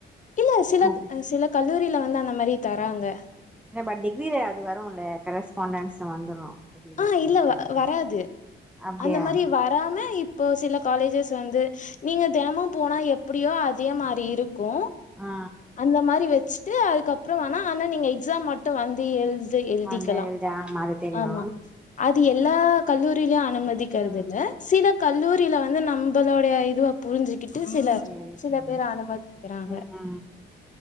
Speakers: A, on the left; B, in the centre.
A: இல்ல சில
B: அந்த
A: சில கல்லூரியில வந்து அந்த மாரி தராங்க
B: அ பட் டிகிரில அது வருல்ல கரஸ்பாண்டன்ஸ் வந்துரு டிகிரில
A: ஆ இல்ல வ வராது
B: அப்டியா
A: அந்த மாரி வராம இப்போ சில காலேஜஸ் வந்து நீங்க தெனமும் போனா எப்புடியோ அதே மாரி இருக்கு
B: ஆ
A: அந்த மாரி வச்சுட்டு அதுக்கப்புறோ வேண ஆனா நீங்க எக்ஸாம் மட்டு வந்து எழுத் து எழுதிக்கலா
B: வந்து எழுத ஆமா அது தெரியு
A: ஆமா அது எல்லா கல்லூரிலியு அனுமதிக்கிறது
B: ம்
A: இல்ல சில கல்லூரில வந்து நம்பளோடைய இதுவ புரிஞ்சுக் கிட்டு சில
B: சேரி
A: சில
B: சேரி
A: பேர் அனுமதிக்கிறாங்க
B: ம் ம்